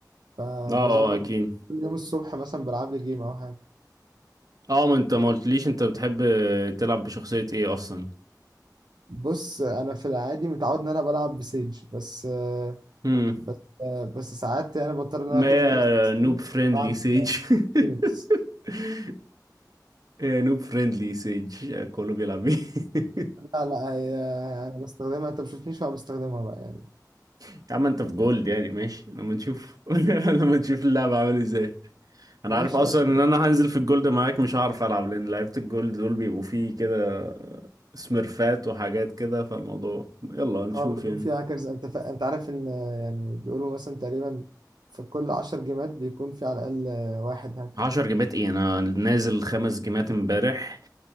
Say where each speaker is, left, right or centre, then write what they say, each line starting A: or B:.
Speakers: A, on the right (about 80°); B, on the right (about 60°).
A: فبظبط
B: اه اه اكيد
A: كل يوم الصبح مثلا بلعب لي جيم او حاجه
B: اه ما انت ما قلتليش انت بتحب تلعب بشخصية ايه اصلا
A: بص انا في العادي متعود ان انا بلعب بسيج بس
B: امم
A: بس بس ساعات يعني بضطر ان
B: ما
A: انا اكون
B: هي
A: ديولست أصلاً،
B: نوب فريندلي
A: العب
B: سيج
A: فينيكس
B: <laughs> هي نوب فريندلي سيج كله بيلعب بيه <laughs>
A: لا لا هي انا بستخدمها انت ما بتشوفنيش وانا بستخدمها بقى يعني
B: يا عم انت في جولد يعني ماشي لما نشوف <laughs> لما نشوف اللعبة عامل ازاي انا
A: ماشي
B: عارف اصلا
A: ماشي
B: ان انا هنزل في الجولد معاك مش هعرف العب لان لعيبه الجولد دول بيبقوا فيه كده سميرفات وحاجات كده فالموضوع يلا هنشوف
A: اه بيكون
B: يعني
A: في هاكرز انت فا... انت عارف ان يعني بيقولوا مثلا تقريبا في كل 10 جيمات بيكون في على الاقل واحد هاكر
B: عشر جيمات ايه انا نازل خمس جيمات امبارح